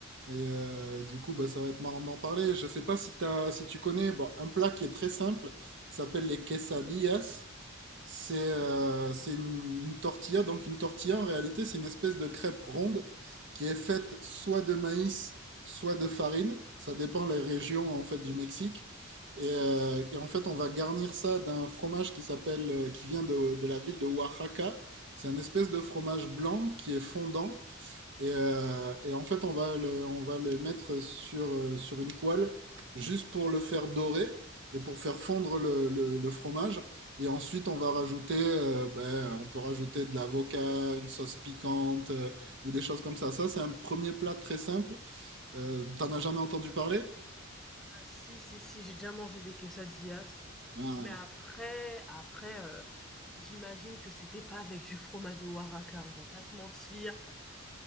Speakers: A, on the right (about 55°); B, in the centre.
A: Et euh, du coup, ben, ça va être marrant d'en parler. Je ne sais pas si t'as, si tu connais bon, un plat qui est très simple, qui s'appelle les quesadillas. C'est euh, c'est une, une tortilla. Donc une tortilla, en réalité, c'est une espèce de crêpe ronde qui est faite soit de maïs, soit de farine. Ça dépend les régions en fait du Mexique. Et, euh, et en fait, on va garnir ça d'un fromage qui s'appelle, euh, qui vient de, de la ville de Oaxaca. C'est un espèce de fromage blanc qui est fondant et, euh, et en fait, on va le, on va le mettre sur, euh, sur une poêle juste pour le faire dorer et pour faire fondre le, le- le fromage. Et ensuite, on va rajouter, euh, ben, on peut rajouter de l'avocat, une sauce piquante euh, ou des choses comme ça. Ça, c'est un premier plat très simple. Euh, t'en as jamais entendu parler?
B: Ah si, si, si, j'ai déjà mangé des quesadillas.
A: Ah,
B: Mais après, après, heu, j'imagine que c'était pas avec du fromage de Oaxaca, on va pas se mentir.